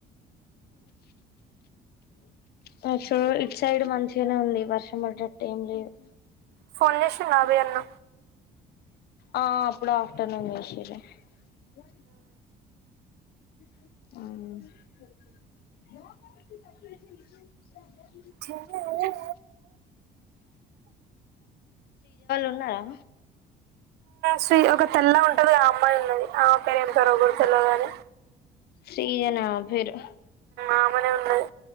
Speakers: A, on the left; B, on the right.
A: పక్షులు ఇటు సైడ్ మంచిగానే ఉంది వర్షం పడ్డట్టు ఏం లేదు
B: ఫోన్ చేస్తుండా మీ అన్న
A: ఆ అప్పుడు ఆఫ్టర్నూన్ చేసిర్రు ఓ ఆ
B: మ్మ్
A: ఉండాలా
B: సు ఒక తెల్లగుంటది ఆ అమ్మాయి ఉన్నది ఆ ఇక్కడ ఏం తొడ గొడుతున్నావ్ గానీ
A: శ్రీ ఏనా ఆమ్ పేరు
B: ఆమనే ఉన్నది